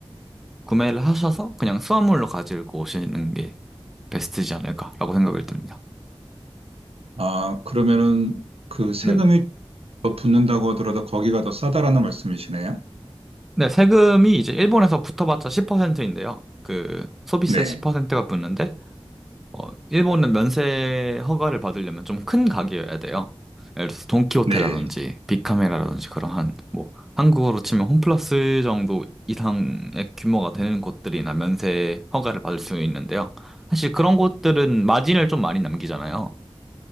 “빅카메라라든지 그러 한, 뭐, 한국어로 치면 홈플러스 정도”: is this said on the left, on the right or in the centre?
Centre